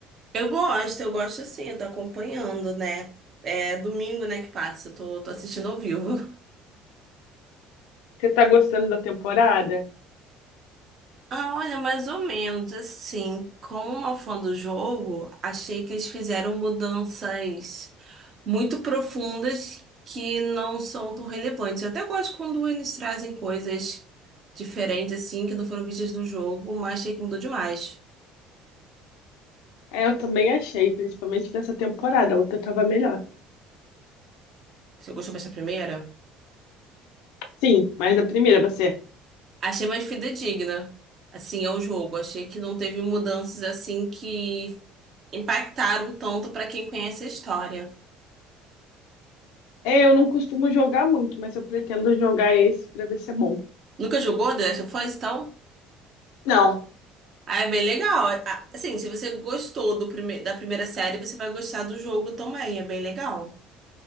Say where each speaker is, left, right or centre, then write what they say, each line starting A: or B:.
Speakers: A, on the right; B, on the left.
A: Eu gosto, eu gosto sim, eu tô acompanhando, né? É domingo, né, que passa, eu tô, tô assistindo ao vivo.
B: Você tá gostando da temporada?
A: Ah, olha, mais ou menos assim, como uma fã do jogo, achei que eles fizeram mudanças muito profundas que não são tão relevantes. Eu até gosto quando eles trazem coisas diferentes, assim, que não foram vistas no jogo, mas achei que mudou demais.
B: É, eu também achei, principalmente nessa temporada. A outra tava melhor.
A: Você gostou mais da primeira?
B: Sim, mas a primeira você.
A: Achei mais fidedigna, assim, ao jogo. Achei que não teve mudanças assim que impactaram tanto pra quem conhece a história.
B: É, eu não costumo jogar muito, mas eu pretendo jogar esse pra ver se é bom.
A: Nunca jogou The Last of Us, então?
B: Não,
A: Ah, é bem legal. Ah, Assim, se você gostou do prime da primeira série, você vai gostar do jogo também. É bem legal.